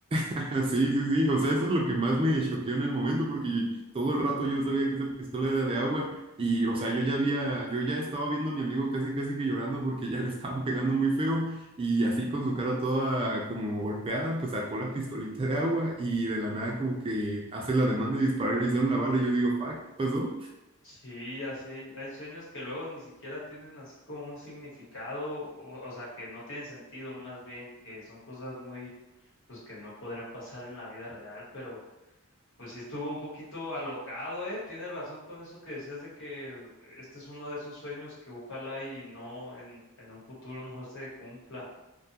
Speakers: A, on the right; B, on the left.
A: <laughs> Sí, sí, sí, o sea, eso es lo que más me choqueó en el momento, porque yo- todo el rato yo sabía que esa pistola era de agua y, o sea, yo ya había, yo ya estaba viendo a mi amigo casi, casi que llorando porque ya le estaban pegando muy feo y así con su cara toda como golpeada, pues sacó la pistolita de agua y de la nada como que hace la demanda de disparar y le hicieron la bala y yo digo, fuck, ¿qué pasó?
B: Sí, así hay, hay sueños que luego ni siquiera tienen así como un significado, o, o sea, que no tienen sentido, más bien, que son cosas muy, pues que no podrían pasar en la vida real, pero Pues sí estuvo un poquito alocado, ¿eh? Tienes razón con eso que decías de que este es uno de esos sueños que ojalá y no en, en un futuro no se cumpla.